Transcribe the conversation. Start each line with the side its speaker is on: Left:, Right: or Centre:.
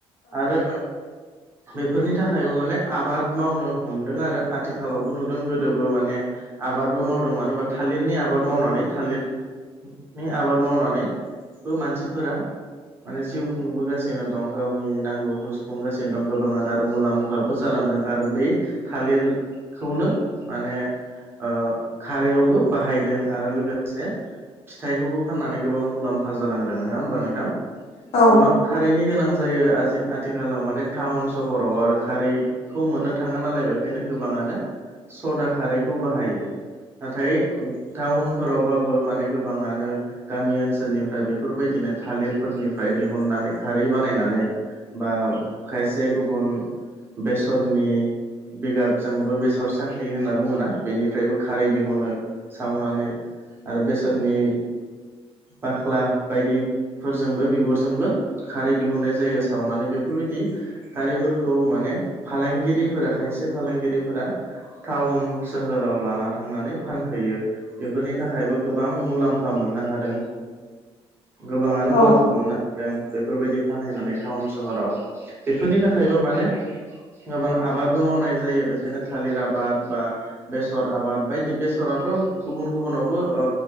Right: आरो
Left: <inaudible>
Right: बेफोरनि थाखायबो माने आबाद मावनो हमदों आरो आथिखालावबो नुदों गोदोबो माने आबादबो मावदों मानो होनबा थालिरनि आबाद मावनानै थालिर नि आबाद मावनानैबो मानसिफोरा माने जिउ सुफुंबोगासिनो दं गावनि नांगौखौ सुफुंगासिनो दं गोबांङानो आरो मुलाम्फाबो जालांदों आरो बे थालिरखौनो माने ओ खारैयावबो बाहायदों आरो लोगोसे फिथाइखौबो फाननानै गोबां मुलाम्फा जालांदों नंङा होमबा नोंथां
Left: औ
Right: गोबां खारैनि गोनां जायो। आ आथिखालाव माने टाउन सहराव आरो खारै खौ मोननो थांङा नालाय बेखायनो गोबांङानो सदा खारैखौ बाहायो नाथाय टाउन फोरावबाबो माने गोबांङानो गामि ओनसोलनिफ्राय बेफोरबायदिनो थालिर फोरनिफ्राय दिहुननानै खारै बानायनानै बा खायसे गुबुन बेसरनि बिगाब जोंबो बेसर साखलि होनना बुंङोना, बेनिफ्रायबो खारै दिहुनो सावनानै आरो बेसरनि बाख्ला बायदि फोरजोंबो बिगुरजोंबो खारै दिहुन्नाय जायो सावनानै बेफोर बायदि खारिफोरखौ माने फालांगिरिफोरा खायसे फालांगिरिफोरा टाउन सोहोराव लाना थांनानै फानहैयो बेफोरनि थाखायबो गोबां मुलाम्फा मोननो हादों
Left: <inaudible>
Right: गोबांङानो
Left: औ
Right: मुलाम्फा मोननो हादों बेफोर बायदि फानहैनानै टाउन सहराव बेफोरनि थाखायबो माने गोबां आबादबो मावनाय जायो बेखायनो थालिर आबाद बा बेसर आबाद बायदि बेसराथ' गुबुन गुबुनावबो ओ